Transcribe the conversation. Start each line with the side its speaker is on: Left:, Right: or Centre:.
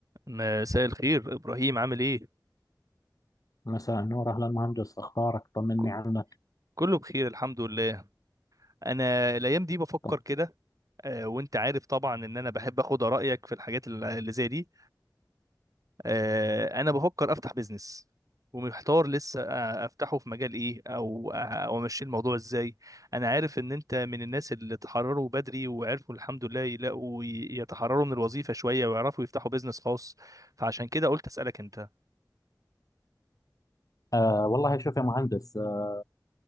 Right: مساء الخير ابراهيم عامل ايه
Left: مساء النور أهلا مهندس أخبارك طمني
Right: ك-
Left: عنك
Right: كله بخير الحمد لله انا الايام دي بفكر
Left: طم.
Right: كده آه، وانت عارف طبعا ان انا بحب اخد رايك في الحاجات الل- اللي زي دي آه، انا بفكر افتح بيزنس ومحتار لسه آه، افتحه في مجال ايه او آه، او امشي الموضوع ازاي انا عارف ان انت من الناس اللي تحرروا بدري وعرفوا الحمد لله يلاقوا ي- يتحرروا من الوظيفه شويه ويعرفوا يفتحوا بيزنس خاص فعشان كده قلت اسالك انت
Left: آه والله شوف يا مهندس آه